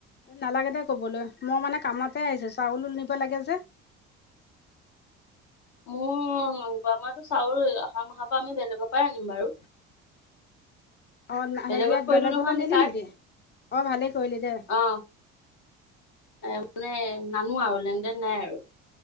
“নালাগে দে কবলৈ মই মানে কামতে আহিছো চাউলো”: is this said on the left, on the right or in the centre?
Left